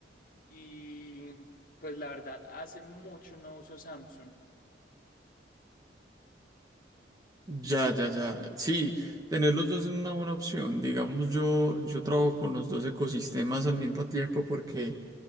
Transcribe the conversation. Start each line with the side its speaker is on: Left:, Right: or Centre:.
Left: Y pues la verdad, hace mucho no uso Samsung.
Right: Ya, ya, ya. Sí, tener los dos es una buena opción. Digamos, yo, yo trabajo con los dos ecosistemas al mismo tiempo porque